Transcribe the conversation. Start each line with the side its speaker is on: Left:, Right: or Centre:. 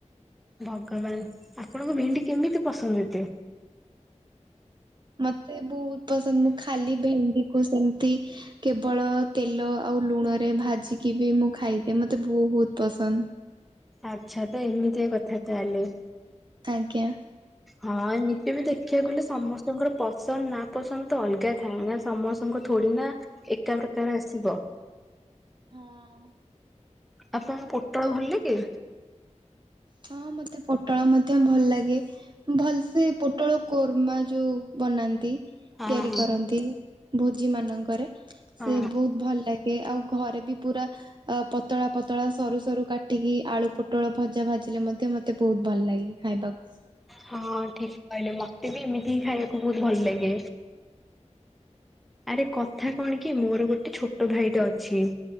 Centre: ଭଗବାନ ଆପଣଙ୍କୁ ଭେଣ୍ଡି କେମିତି ପସନ୍ଦ ଏତେ।
Right: ମତେ ବହୁତ ପସନ୍ଦ ମୁଁ ଖାଲି ଭେଣ୍ଡିକୁ ସେମତି କେବଳ ତେଲ ଆଉ ଲୁଣରେ ଭାଜିକି ବି ମୁଁ ଖାଇଦିଏ ମତେ ବହୁତ ପସନ୍ଦ।
Centre: ଆଚ୍ଛା ତ ଏମିତିଆ କଥା ତାହାଲେ।
Right: ଆଜ୍ଞା।
Centre: ହଁ ଏମିତି ବି ଦେଖିବାକୁ ଗଲେ ସମସ୍ତଙ୍କର ପସନ୍ଦ ନା ପସନ୍ଦ ତ ଅଲଗା ଥାଏ ନା ସମସ୍ତଙ୍କ ଥୋଡି ନା ଏକା ପ୍ରକାର ଆସିବ।
Right: ହଁ।
Centre: ଆପଣ ପୋଟଳ ଭଲ ଲାଗେ
Right: ହଁ ମତେ ପୋଟଳ ମଧ୍ୟ ଭଲ ଲାଗେ। ଭଲ ସେେ ପୋଟଳ କୋର୍ମା ଯୋଉ ବନାନ୍ତି। ତିଆରି
Centre: ହଁ ହଁ
Right: କରନ୍ତି ଭୋଜି ମାନଙ୍କରେ
Centre: ହଁ
Right: ସେ ବହୁତ ଭଲ ଲାଗେ। ଏ ଆଉ ଘରେ ବି ପୁରା ଅ ପତଳା ପତଳା ସରୁ ସରୁ କାଟିକି ଆଳୁ ପୋଟଳ ଭଜା ଭାଜି ଥିଲେ ମଧ୍ୟ ମତେ ବହୁତ ଭଲ ଲାଗେ ଖାଇବାକୁ।
Centre: ହଁ ଠିକ୍ କହିଲେ ମତେ ବି ଏମିତି ହି ଖାଇବାକୁ ବହୁତ ଭଲ ଲାଗେ। ଆରେ କଥା କଣ କି ମୋର ଗୋଟେ ଛୋଟ ଭାଇଟେ ଅଛି।